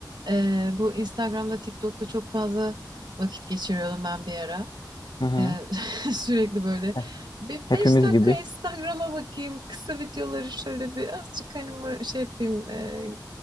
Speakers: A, on the right; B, on the left.
A: ee, bu Instagram'da, TikTok'ta çok fazla vakit geçiriyordum ben bir ara.
B: Hı hı.
A: Ee, <laughs> sürekli böyle
B: Heh,
A: bir
B: Hepimiz
A: beş dakika
B: gibi.
A: Instagram'a bakayım, kısa videoları şöyle bir azıcık hani böyle şey yapayım, e,